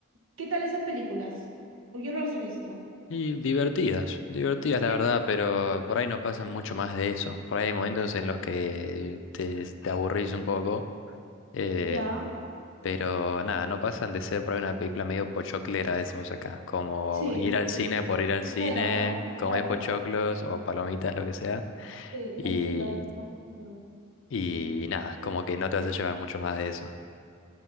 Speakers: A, on the right; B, on the left.
A: ¿Qué tal esas películas? Pues yo no las he visto.
B: Y divertidas, divertidas
A: ¿Sí?
B: la verdad, pero por ahí no pasan mucho más de eso. Por ahí hay momentos en los que te, te aburrís un poco. Em,
A: Ya,
B: pero nada, no pasan de ser por ahí una película medio pochoclera, decimos acá. Como
A: Sí,
B: ir al
A: sí.
B: cine por ir al
A: mucha
B: cine,
A: era, ¿no?
B: comer
A: Claro,
B: pochoclos o palomitas, lo que sea.
A: sí,
B: Y,
A: Conchita, eso no pasa en Perú.
B: y nada, como que no te vas a llevar mucho más de eso.